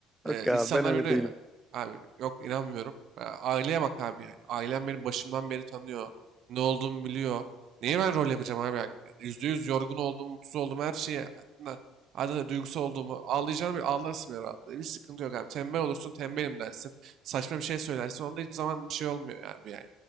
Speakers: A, on the right; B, in the centre.
A: e,
B: Yok ya
A: insanlar
B: ben öyle
A: birbirine
B: değilim.
A: abi yok inanmıyorum. Ya Aileye bak abi yani. Ailem beni başımdan beri tanıyor. Ne olduğumu biliyor. Neye ben rol yapacağım abi yani? Yüzde yüz yorgun olduğum, mutsuz olduğum her şeyi hadi duygusal olduğumu ağlayacağım bir ağlarsın herhalde. Bir sıkıntı yok abi. Tembel olursun tembelim dersin saçma bir şey söylersin. Onda hiçbir zaman bir şey olmuyor abi yani.